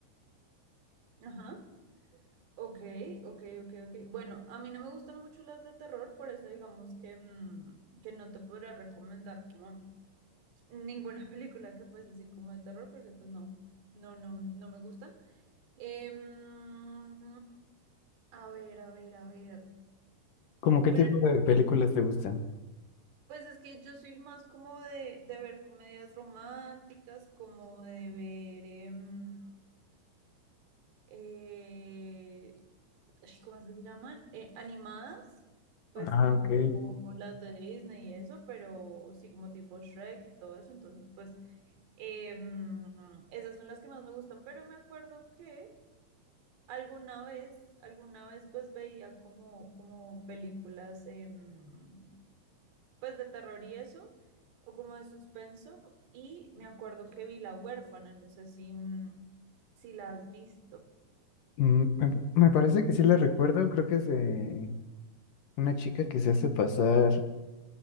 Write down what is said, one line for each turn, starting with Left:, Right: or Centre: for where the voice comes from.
Right: Ajá. Ok, ok, ok, ok. Bueno, a mí no me gustan mucho las de terror, por eso digamos que, mm, que no te podría recomendar como ninguna <laughs> película que fuese así como de terror, porque pues no, no, no, no me gustan. Em, a ver, a ver, a ver.
Left: ¿Cómo qué
Right: Bueno,
Left: tipo de películas te gustan?
Right: Pues es que yo soy más como de, de ver comedias románticas, como de ver, em, eh, ay, ¿cómo es que se llaman? Eh, animadas, pues
Left: Ah,
Right: tipo
Left: ok.
Right: las de Disney y eso, pero sí como tipo Shrek y todo eso. Entonces, pues em, esas son las que más me gustan, pero me acuerdo que alguna vez, alguna vez pues veía como, como películas... em, pues de terror y eso, o como de suspenso. Y me acuerdo que vi La huérfana, no sé si, mm, si la has visto.
Left: Mm, me, me parece que sí la recuerdo. Creo que es de una chica que se hace pasar